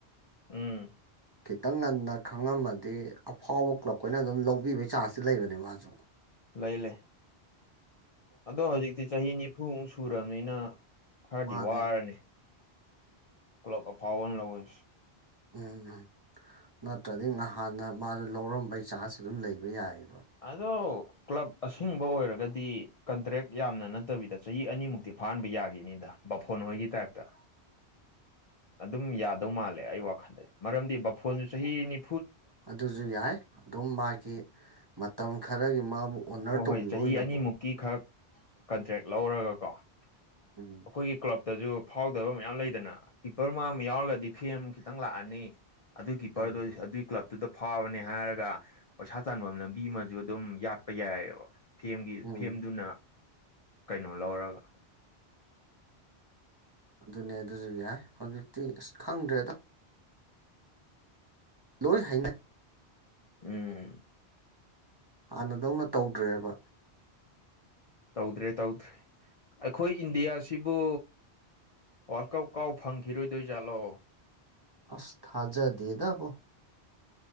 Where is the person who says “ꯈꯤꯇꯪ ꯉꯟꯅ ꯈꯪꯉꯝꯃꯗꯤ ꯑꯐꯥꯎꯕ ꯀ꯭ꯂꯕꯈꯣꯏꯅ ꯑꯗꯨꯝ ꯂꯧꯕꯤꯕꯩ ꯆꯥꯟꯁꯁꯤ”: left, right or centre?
Right